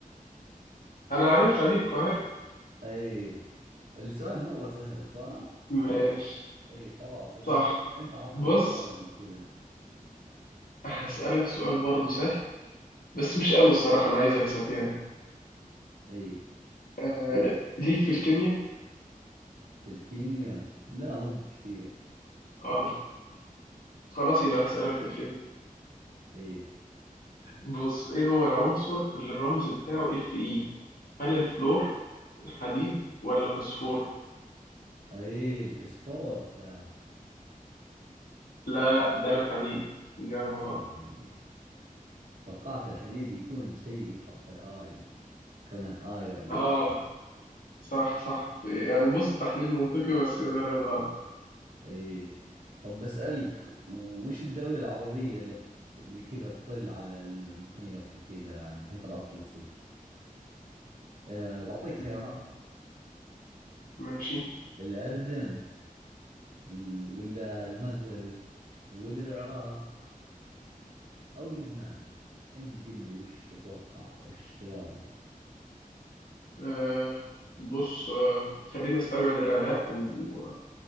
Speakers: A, on the left; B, on the right.
A: انا عارفها دي القاهرة
B: اي السؤال مرة سهل صح؟
A: ماشي
B: اي خلاص اجل
A: صح
B: انت أنت عطني
A: بص
B: سؤال كذا
A: هسألك سؤال برضه سهل بس مش قوي الصراحة انا عايز اكسب يعني
B: اي
A: آه ليك في الكيمياء
B: في الكيمياء لا مو بكثير
A: اه خلاص يبقى هسألك في الكيمياء
B: اي
A: بص ايه هو العنصر اللي الرمز بتاعه اف اي هل الفلور الحديد ولا فوسفور
B: اي الفسفور ذا
A: لا ده الحديد إجابة غلط
B: اي توقعت الحديد يكون شيء في حرف الاي كونه ايرون
A: اه
B: وكذا
A: صح صح يعني بص تحليل منطقي بس هي طلعت غلط
B: اي طب بسألك وش الدولة العربية اللي اللي كذا تطل على المحيط وكذا على المحيط الأطلسي أه بعطيك خيارات
A: مم. ماشي
B: الأردن ال- ولا المغرب ولا العراق أو لبنان أنت قل لي وش تتوقع وش جوابك
A: آه بص آه خلينا نستبعد العراق و...